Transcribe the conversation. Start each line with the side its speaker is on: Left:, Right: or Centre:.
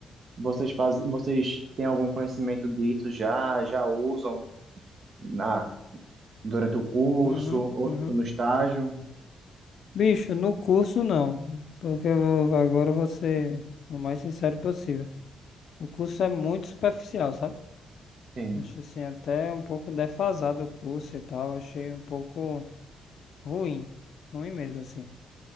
Right: vocês fazem, vocês têm algum conhecimento disso já, já usam na, durante o curso
Left: Uhum,
Right: ou,
Left: uhum.
Right: ou no estágio?
Left: Bicho, no curso não, porque eu vou, agora eu vou ser o mais sincero possível. O curso é muito superficial, sabe?
Right: Sim,
Left: Acho assim, até um pouco defasado o curso e tal, achei um pouco ruim, ruim mesmo assim,